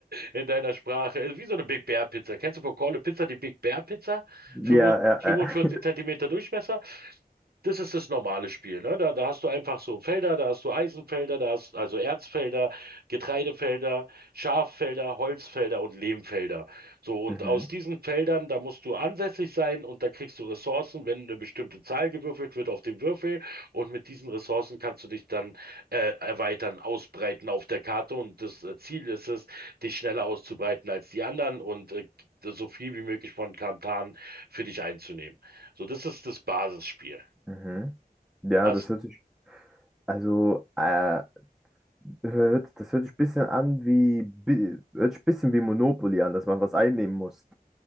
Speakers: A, on the right; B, in the centre.
A: in deiner Sprache, wie so eine Big Bear Pizza. Kennst du von Call a Pizza die Big Bear Pizza?
B: Ja, äh,
A: 45
B: äh.
A: Zentimeter Durchmesser? Das ist das normale Spiel, ne? Da, da hast du einfach so Felder, da hast du Eisenfelder, da hast also Erzfelder, Getreidefelder. Schaffelder, Holzfelder und Lehmfelder. So, und
B: Mhm,
A: aus diesen Feldern, da musst du ansässig sein und da kriegst du Ressourcen, wenn eine bestimmte Zahl gewürfelt wird auf dem Würfel. Und mit diesen Ressourcen kannst du dich dann äh, erweitern, ausbreiten auf der Karte. Und das äh, Ziel ist es, dich schneller auszubreiten als die anderen und äh, so viel wie möglich von Kantan für dich einzunehmen. So, das ist das Basisspiel.
B: mhm. Ja,
A: Hast
B: das hört sich, also, äh, hört, das hört sich ein bisschen an wie, bi- hört sich ein bisschen wie Monopoly an, dass man was einnehmen muss.